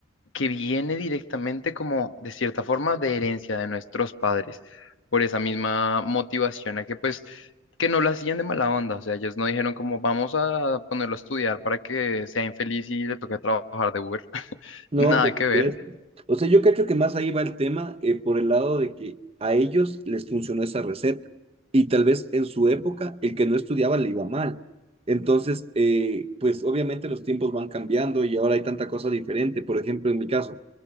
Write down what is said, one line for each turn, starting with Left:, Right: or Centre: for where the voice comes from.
Left: que viene directamente como de cierta forma de herencia de nuestros padres, por esa misma motivación a que pues que no lo hacían de mala onda, o sea, ellos no dijeron como vamos a ponerlo a estudiar para que sea infeliz y le toque trabajar de Uber, <laughs>
Right: No,
Left: nada
Right: por supuesto.
Left: que ver.
Right: O sea, yo cacho que más ahí va el tema eh, por el lado de que a ellos les funcionó esa receta y tal vez en su época el que no estudiaba le iba mal. Entonces, eh, pues obviamente los tiempos van cambiando y ahora hay tanta cosa diferente. Por ejemplo, en mi caso,